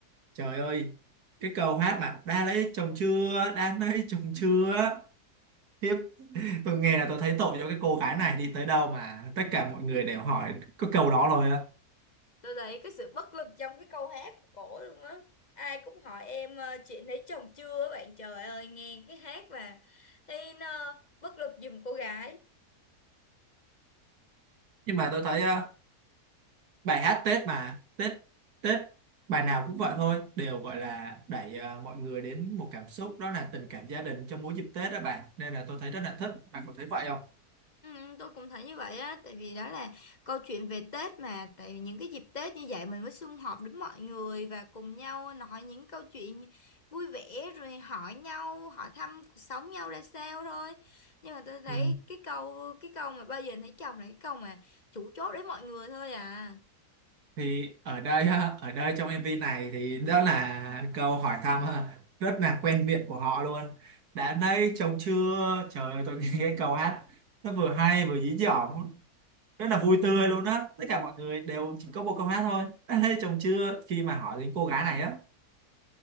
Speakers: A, on the right (about 75°); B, on the left (about 30°).
A: trời ơi cái câu hát mà đã lấy chồng chưa đã lấy chồng chưa hiếp, tôi nghe là tôi thấy tội cho cái cô gái này đi tới đâu mà tất cả mọi người đều hỏi có câu đó rồi á
B: tôi thấy cái sự bất lực trong cái câu hát của cổ luôn á ai cũng hỏi em ờ, chuyện lấy chồng chưa á bạn trời ơi nghe cái hát mà thấy nó bất lực giùm cô gái
A: nhưng mà tôi thấy ờ, bài hát Tết mà Tết Tết bài nào cũng vậy thôi đều gọi là đẩy ờ, mọi người đến một cảm xúc đó là tình cảm gia đình trong mỗi dịp Tết đó bạn nên là tôi thấy rất là thích bạn có thấy vậy không
B: Ừ, tôi cũng thấy như vậy á tại vì đó là câu chuyện về Tết mà tại vì những cái dịp Tết như vậy mình mới sum họp được mọi người và cùng nhau nói những câu chuyện vui vẻ rồi hỏi nhau hỏi thăm cuộc sống nhau ra sao thôi nhưng mà tôi thấy
A: ừ.
B: cái câu cái câu mà bao giờ lấy chồng là cái câu mà chủ chốt đến mọi người thôi à
A: thì ở đây ha, ở đây trong MV này thì đó là câu hỏi thăm ha, rất là quen miệng của họ luôn đã nay chồng chưa trời ơi tôi nghe cái câu hát nó vừa hay vừa dí dỏm rất là vui tươi luôn á tất cả mọi người đều chỉ có một câu hát thôi đã nay chồng chưa khi mà hỏi đến cô gái này á